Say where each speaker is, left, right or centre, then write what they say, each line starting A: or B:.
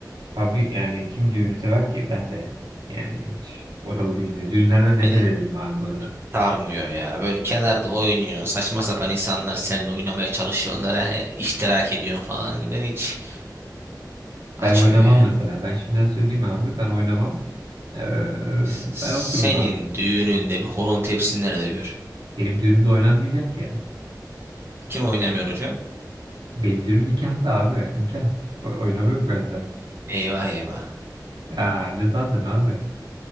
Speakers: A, on the right; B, on the right.
A: Abi yani kim düğünü sever ki? Ben de yani hiç oralı değilim. ya. Düğünlerden nefret
B: Beni
A: ederim abi bu arada.
B: sarmıyor ya. Böyle kenarda oynuyor. Saçma sapan insanlar seninle oynamaya çalışıyor. Onlara e, iştirak ediyorsun falan. Ben hiç açmıyor
A: Ben oynamam
B: yani.
A: mesela. Ben şimdiden söyleyeyim abi. Ben oynamam. Ee,
B: S-
A: ben otururum
B: Senin
A: abi.
B: düğününde bir horon tepsin nerede gör.
A: Benim düğünümde oynanmayacak ya.
B: Kim oynamıyor hocam?
A: Benim düğünüm nikahta abi. Nikah. O- Oynama yok bende.
B: Eyvah eyvah.
A: Aa, ne sandın abi?